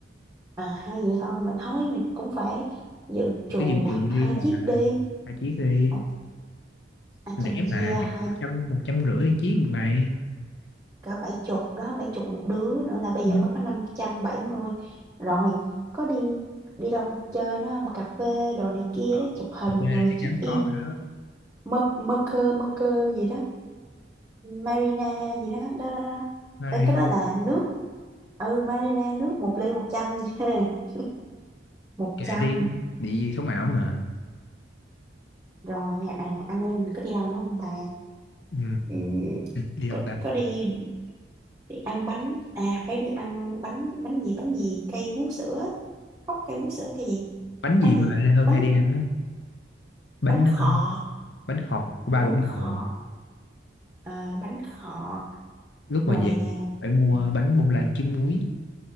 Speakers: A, on the right; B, on the left.
A: à, hay vậy thôi mình thôi mình cũng phải dự trù
B: cứ dự
A: là
B: trù đi
A: hai
B: là
A: chiếc đi
B: hai chiếc đi
A: hai hai
B: rẻ
A: trăm chia
B: mà chắc
A: hai
B: một trăm một trăm rưỡi chiếc một ngày
A: cỡ bảy chục đó bảy chục một đứa nữa là bây
B: Ừ.
A: giờ mới có năm trăm bảy mươi rồi có đi đi đâu chơi nữa không cà phê đồ này kia
B: ờ,
A: đó chụp hình
B: ở quê
A: rồi
B: là chắc
A: check
B: chắn
A: in
B: có rồi đó
A: mơ mơ cơ mơ cơ gì đó Marina gì đó đó, đó. đó.
B: Marian
A: Đấy, cái đó là nước ừ Marina nước một ly 100 nha <laughs> một
B: kệ
A: trăm
B: đi đi sống ảo mà
A: rồi à, anh em mình có đi đâu nữa không ta
B: ừ.
A: ừ,
B: đi đâu
A: có,
B: ta
A: có đi đi ăn bánh à phải đi ăn bánh bánh gì bánh gì cây vú sữa á. cốc cây vú sữa cây gì
B: bánh gì
A: bánh
B: mà
A: gì
B: Lê Hơn
A: bánh
B: hay đi ăn á bánh
A: bánh
B: ờ,
A: khọt
B: bánh khọt của ba
A: bánh
B: Vũng Tàu
A: khọt
B: à.
A: à, bánh khọt
B: lúc
A: rồi
B: mà về
A: à,
B: phải mua bánh bông lan trứng muối